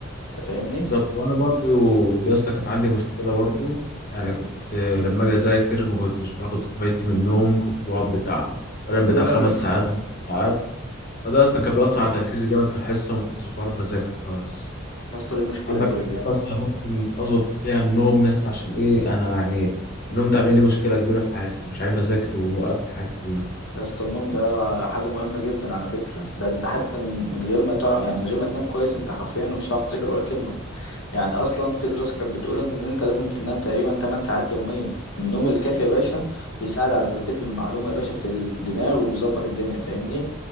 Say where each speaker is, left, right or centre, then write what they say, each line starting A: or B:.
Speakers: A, on the left; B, on the left.
A: انت فاهمني
B: بالظبط وانا برضو يا اسطى كانت عندي مشكلة برضو يعني كنت آه، لما اجي اذاكر ما كنتش باخد كفايتي من النوم كنت بقعد بتاع بنام بتاع
A: لا
B: خمس
A: لا
B: ساعات أو ست ساعات فده يا اسطى كان بيأثر على تركيزي جامد في الحصة وما كنتش بعرف أذاكر خالص
A: يا اسطى دي مشكلة
B: عندك
A: كبيرة جدا
B: حاجة مثلا ممكن أظبط فيها النوم يا اسطى عشان إيه أنا يعني النوم ده عامل لي مشكلة كبيرة في حياتي مش عارف أذاكر وموقف لي حياتي كلها
A: يا اسطى النوم ده حاجة مهمة جدا على فكرة ده انت حتى من من غير ما تع... يعني من غير ما تنام كويس انت حرفيا مش هتعرف تذاكر ولا كلمة يعني اصلا في دراسه كانت بتقول ان انت لازم تنام تقريبا 8 ساعات يوميا النوم الكافي يا باشا بيساعد على تثبيت المعلومه يا باشا في الدماغ وبيظبط الدنيا فاهمني